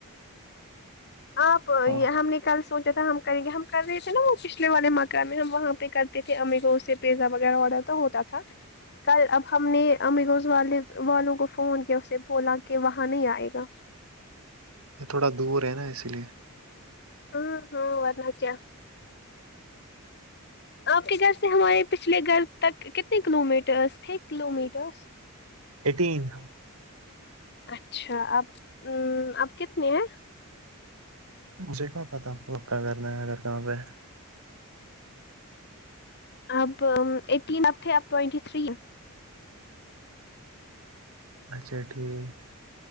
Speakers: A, on the left; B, on the right.
A: آپ
B: ہاں
A: یہ ہم نکل سوچا تھا ہم کریں گے ہم کر رہے تھے نا وہ پچھلے والے مکان میں ہم وہاں پہ کرتے تھے امگو سے پیزا وغیرہ آرڈر تو ہوتا تھا کل اب ہم نے ا مگزان والے والوں کو فون کیا اسے بولا کہ وہاں نہیں آئے گا
B: یہ تھوڑا دور ہے نا اسی لیے
A: ہاں ہاں ورنہ کیا آپ کے گھر سے ہمارے پچھلے گھر تک کتنے کلو میٹرس تھے کلو میٹر
B: ایٹین
A: اچھا اب اب کتنے ہیں
B: مجھےکیا پٹی کوب کیا کرنا ہے اگر کہاں پہ
A: اب ایٹین اب تھے اب ٹوئینٹی تھری
B: اچھا ٹھیک